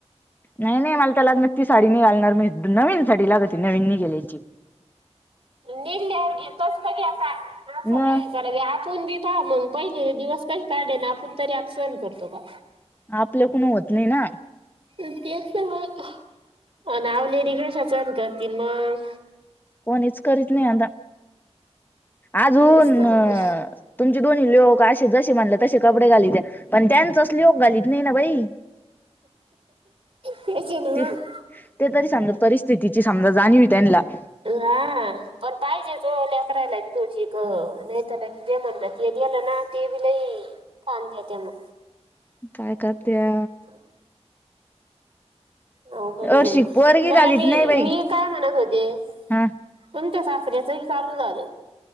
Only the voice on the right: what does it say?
निली अरं घे तंच बघेता सरं
आपणं बी प मंग पहिले दिवसं कांहीं काढले नां आपणं तरी आपणं सहणं करतो कां
तेचं तं मंग आवलेडी कसं सहंन करतीन मंग
तेच ना मग
कश्यां नि
मंग
हा पण पाहिजेज ओ ललेकराला करायला बी तोशीक नाहीताला कि जे म्हणलं त गेलं ना. ते बी लई, काम देत्या मग
का अवघड आहे
बाई,
बरं
मी
मी काय म्हणत होते
तुमच्या साासऱ्याच बी चालू झालं.